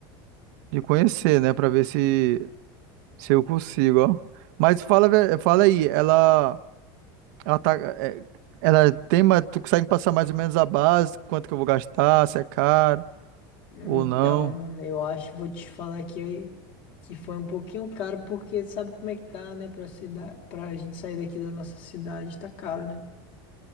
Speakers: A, on the right; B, on the left.
A: de conhecer, né, Pra ver se se eu consigo, ó. Mas fala, ve- fala aí, ela ela tá é, ela tem, mas tu consegue passar mais ou menos a base, quanto que eu vou gastar, se é caro
B: Então,
A: ou não?
B: mano, eu acho, vou te falar que, que foi um pouquinho caro, porque sabe como é que tá, né? Pra, cida, pra gente sair daqui da nossa cidade, tá caro, né?